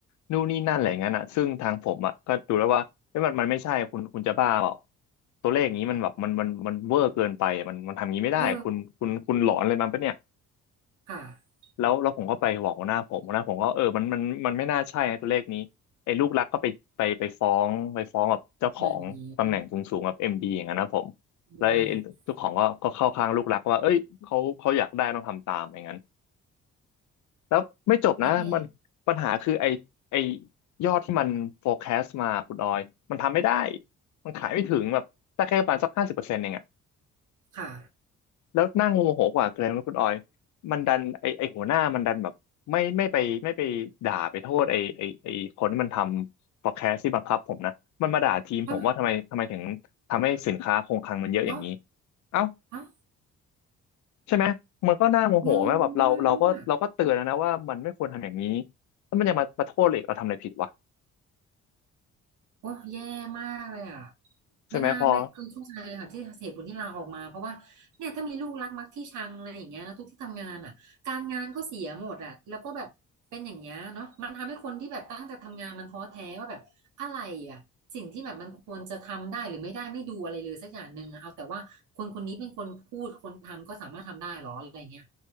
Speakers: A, on the left; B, on the right.
A: นู่นนี่นั่นอะไรอย่างนั้นอ่ะซึ่งทางผมอ่ะก็ดูแล้วว่าเอ้ยมันมันไม่ใช่คุณคุณจะบ้าเปล่า
B: อืม
A: ตัวเลขอย่างนี้มันแบบมันมันมันเวอร์เกินไปอะมันมันทำอย่างนี้ไม่ได้คุณคุณคุณหลอนอะไรมันปะเนี่ย
B: เออค่ะ
A: แล้วแล้วผมก็ไปบอกหัวหน้าผมหัวหน้าผมก็เออมันมันมันไม่น่าใช่นะตัวเลขนี้ไอ้ลูกรักก็ไปไปไปฟ้องไปฟ้องกับเจ้าของตำแหน่งสูงสูงกับเอ็มดีอย่างนั้นนะผม
B: อืมอืม
A: แล้วไอ้ไอ้เจ้าของก็ก็เข้าข้างลูกรักว่าเอ้ยเขาเขาอยากได้ต้องทำตามอย่างนั้นแล้วไม่จบนะมันปัญหาคือไอ้ไอ้
B: นี่แง่
A: ยอดที่มัน forecast มาคุณออยมันทำไม่ได้มันขายไม่ถึงแบบได้แค่ประมาณสักห้าสิบเปอร์เซ็นต์เอง
B: ค่ะ
A: แล้วนั่งโมโหกว่าคืออะไรรู้ไหมคุณออยมันดันไอไอหัวหน้ามันดันแบบไม่ไม่ไปไม่ไปด่าไปโทษไอไอไอคนที่มันทำ podcast ที่บังคับผมนะมันมาด่าทีมผมว่าทำไมทำไมถึงทำให้สินค้าคงคลังมันเยอะอย่างนี้
B: อ้าวเนาะ
A: เอ้า
B: อ้าว
A: ใช่ไหมมันก็น่าโมโหไหมแบบเราเราก็เราก็เตือนแล้วนะว่ามันไม่ควรทำอย่างนี้
B: งงมาก
A: แล้วมันยังมามาโทษเลยเราทำอะไรผิดวะ
B: โอ้ยแย่มากเลยอ่ะ
A: ใช่ไหมพอ
B: ไม่น่าไม่คือเข้าใจเลยค่ะที่เหตุผลที่ลาออกมาเพราะว่าเนี่ยถ้ามีลูกรักมักที่ชังอะไรอย่างเงี้ยนะทุกที่ทำงานอ่ะการงานก็เสียหมดอ่ะแล้วก็แบบเป็นอย่างเงี้ยเนาะมันทำให้คนที่แบบตั้งใจทำงานมันท้อแท้ว่าแบบอะไรอ่ะสิ่งที่แบบมันควรจะทำได้หรือไม่ได้ไม่ดูอะไรเลยสักอย่างหนึ่งอะเอาแต่ว่าคนคนนี้เป็นคนพูดคนทำก็สามารถทำได้หรออะไรเงี้ย